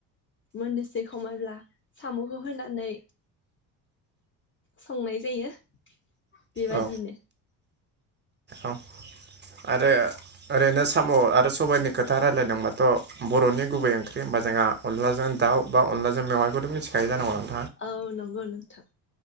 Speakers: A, on the left; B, on the right.
A: मोननोसै खमायब्ला साम'खौ होनानै संनाय जायो बेबादि
B: औ
A: नो
B: औ आरो ओरैनो साम' आरो सबाइनि खोथा रायजलायदोंबाथ' बर'नि गुबै ओंख्रि होमबा जोंहा अनलाजों दाउ बा अनलाजों मेवाइखौथ' मिथिखायो जानांगौ नों
A: औ नंगौ नोंथां